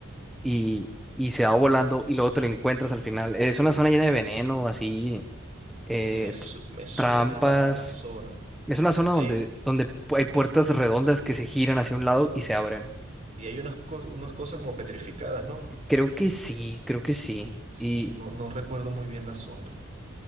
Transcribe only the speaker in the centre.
y, y se va volando y luego te lo encuentras al final. Es una zona llena de veneno, así, eh,
t-
trampas.
Es una zona
donde,
donde pu- hay puertas redondas que se giran hacia un lado y se abren.
Creo que sí, creo que sí.
Y